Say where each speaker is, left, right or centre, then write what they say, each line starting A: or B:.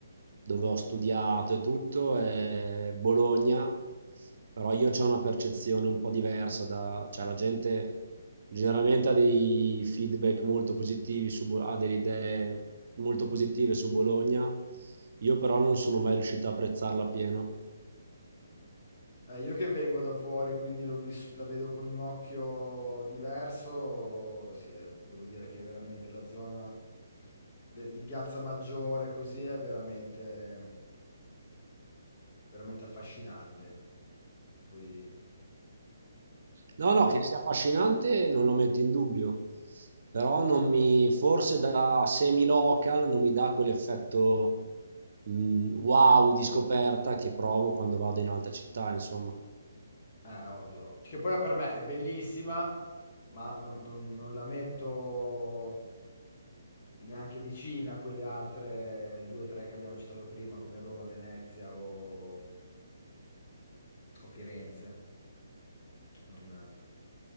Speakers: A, on the right (about 60°); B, on the left (about 35°).
A: dove ho studiato e tutto, è Bologna, però io c'ho una percezione un po' diversa da, cioè, la gente generalmente ha dei feedback molto positivi su, Bo- ha delle idee molto positive su Bologna, io però non sono mai riuscito a apprezzarla pieno.
B: Eh, io che vengo da fuori, quindi l'ho vis- la vedo con un occhio diverso, sì, eh, devo dire che veramente la zona de- di Piazza Maggiore così è veramente, veramente affascinante. Poi,
A: No, no, che sia affascinante non lo metto in dubbio, però non mi, forse da semi-local non mi dà quell'effetto mh, wow di scoperta che provo quando vado in altre città, insomma.
B: eh, ovvio, che poi per me è bellissima, ma non, non- non la metto neanche vicina a quelle altre due o tre che abbiamo citato prima, come Roma, Venezia o... o Firenze. Non,